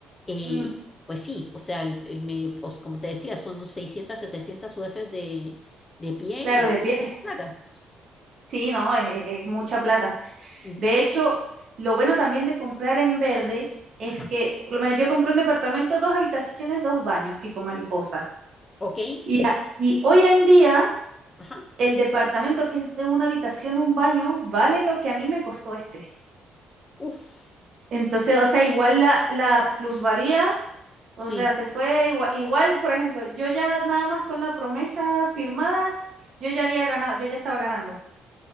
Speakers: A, on the left; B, on the right.
A: eh,
B: Mm,
A: pues sí, o sea, el, el medio, pues, como te decía, son 600, 700 UFs de, de pie
B: claro,
A: y
B: de pie.
A: plata.
B: Sí, no, es es- es mucha plata.
A: Mm,
B: De hecho, lo bueno también de comprar en verde es
A: Ajá.
B: que, por lo menos yo compré un departamento, dos habitaciones, dos baños, tipo mariposa.
A: Ok,
B: Y, a- y hoy en día,
A: ajá.
B: el departamento que es de una habitación, un baño, vale lo que a mí me costó este.
A: Uf,
B: Entonces, o sea, igual la, la plusvalía, o
A: sí.
B: sea, se fue igua- igual, por ejemplo, yo ya nada más con la promesa firmada, yo ya había ganado, yo ya estaba ganando.